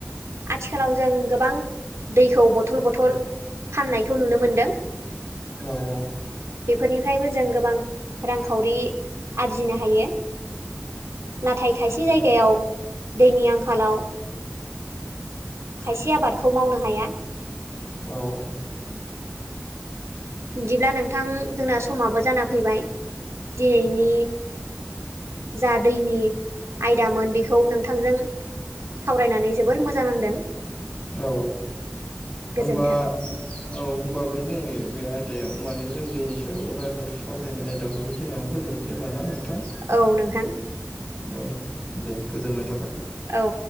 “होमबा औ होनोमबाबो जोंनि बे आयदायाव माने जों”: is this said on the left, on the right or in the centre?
Left